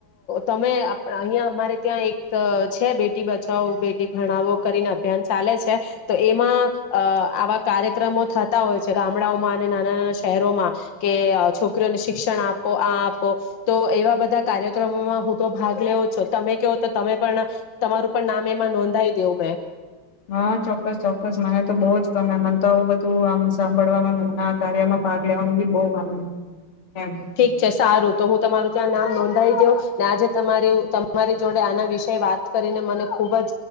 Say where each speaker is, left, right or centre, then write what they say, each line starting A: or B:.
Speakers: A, on the left; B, on the left.
A: તમે અહિયાં અમારે ત્યાં એક છે બેટી બચાવો બેટી ભણાવો કરીને અભિયાન ચાલે છે, તો એમાં આવા કાર્યક્રમો થતા હોય છે, ગામડાઓ નાના નાના શહેરોમાં કે છોકરીઓને શિક્ષણ આપો આ આપો તો એવા બધા કાર્યક્રમોમાં હું તો ભાગ લેવ છ તમે કહો તો તમે પણ તમારું પણ નામ એમાં નોંધાઈ દેવું મેં
B: હા, ચોક્કસ ચોક્કસ મને તો બહુ જ ગમે મને તો આવું બધું આમ સાંભળવાનું ને મ કાર્યમાં ભાગ લેવાનું બી બહ ગમે એમ
A: ઠીક છે સારું તો હું તમારું ત્યા નામ નોંધાવ દવ ને આજે તમારી તમારી જોડે આના વિષ વાત કરીને મને ખુબ જ